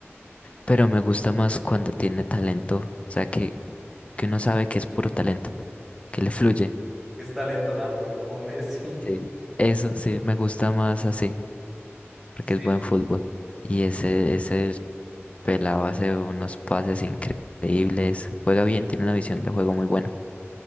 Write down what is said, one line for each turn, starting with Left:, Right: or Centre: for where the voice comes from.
Left: pero me gusta más cuando tiene talento. O sea, que, que uno sabe que es puro talento, que le fluye.
Centre: que es talento nato como Messi. <laughs>
Left: Sí. Eso sí, me gusta más así, porque
Centre: Sí.
Left: es buen fútbol. Y ese, ese Pelado hace unos pases increíbles. Juega bien, tiene una visión de juego muy buena.